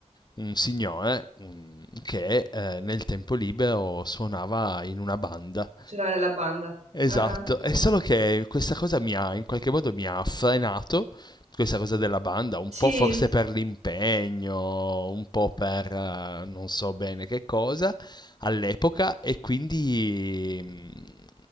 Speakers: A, on the left; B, on the right.
A: un signore mm, che eh, nel tempo libero suonava in una banda
B: Ce l'ha nella banda.
A: Esatto,
B: Ah ah.
A: è solo che questa cosa mi ha, in qualche modo mi ha frenato, questa cosa della banda, un po'
B: Sì?
A: forse per l'impegno, un po' per eh, non so bene che cosa all'epoca e quindi mh,